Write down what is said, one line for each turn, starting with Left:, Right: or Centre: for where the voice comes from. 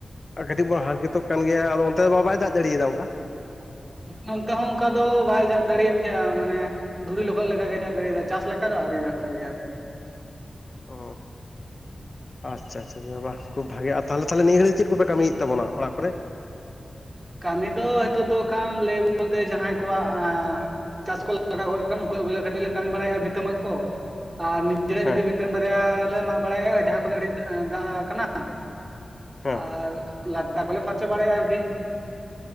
Left: ᱟᱨ ᱠᱟᱹᱴᱤᱡ ᱵᱚᱱ ᱦᱟᱨᱠᱮᱛᱚᱜ ᱠᱟᱱ ᱜᱮᱭᱟ ᱟᱫᱚ ᱚᱱᱛᱮ ᱫᱚ ᱵᱟ ᱵᱟᱭ ᱫᱟᱜ ᱫᱟᱲᱮᱭᱟᱫᱟ ᱚᱱᱠᱟ
Right: ᱱᱚᱱᱛᱮ ᱦᱚᱸ ᱚᱱᱠᱟ ᱫᱚ ᱵᱟᱭ ᱡᱟᱜ ᱫᱟᱲᱮᱭᱟᱜ ᱜᱮᱭᱟ ᱢᱟᱱᱮ ᱫᱷᱩᱲᱤ ᱞᱚᱦᱚᱫ ᱞᱮᱠᱟᱜᱮ ᱡᱟᱜ ᱫᱟᱲᱮᱫᱟ ᱪᱟᱥ ᱞᱮᱠᱟ ᱫᱚ ᱟᱹᱣᱨᱤ ᱫᱟᱜ ᱫᱟᱲᱮᱭᱟ ᱟᱨᱠᱤ
Left: ᱚ ᱟᱪᱪᱷᱟ ᱟᱪᱷᱟᱷᱟ ᱵᱟ ᱠᱷᱩᱵ ᱵᱷᱟᱜᱮ ᱟᱨ ᱛᱟᱦᱚᱞᱮ ᱛᱟᱦᱟᱞᱮ ᱱᱤᱭᱟᱹ ᱜᱟᱹᱲᱤᱠ ᱪᱮᱫ ᱠᱚ ᱯᱮ ᱠᱟᱹᱢᱤᱭᱮᱫ ᱛᱟᱵᱚᱱᱟ ᱚᱲᱟᱜ ᱠᱚᱨᱮ
Right: ᱠᱟᱹᱢᱤ ᱫᱚ ᱱᱤᱛᱚᱜ ᱫᱚ ᱠᱷᱟᱱ ᱞᱟᱹᱭ ᱵᱚᱞᱛᱮ ᱡᱟᱦᱟᱸᱭ ᱠᱚᱣᱟᱜ ᱪᱟᱥ ᱠᱚᱞ ᱞᱟᱜᱟᱣ ᱜᱚᱫ ᱠᱟᱱᱟ ᱩᱱᱠᱩᱣᱟᱫ ᱜᱮᱠᱮ ᱠᱟᱹᱴᱤᱡ ᱞᱮ ᱠᱟᱹᱢᱤ ᱵᱟᱲᱟᱭᱮᱜ-ᱟ ᱵᱷᱤᱛᱟᱹ ᱢᱟᱜ ᱠᱚ ᱟᱨ ᱪᱮᱫᱟᱜ
Left: ᱦᱮᱸ
Right: ᱡᱩᱫᱤ ᱢᱤᱫᱴᱮᱱ ᱵᱟᱨᱭᱟ ᱞᱮ ᱢᱟᱜ ᱵᱟᱲᱟᱭᱟ ᱡᱟᱦᱟᱸ ᱠᱚᱨᱮ ᱟᱹᱰᱤ ᱫᱟᱜ ᱟᱠᱟᱱᱟ
Left: ᱦᱮᱸ
Right: ᱟᱨ ᱞᱟᱴᱟ ᱠᱚᱞᱮ ᱯᱷᱟᱨᱪᱟ ᱵᱟᱲᱟᱭᱟ ᱟᱨᱠᱤ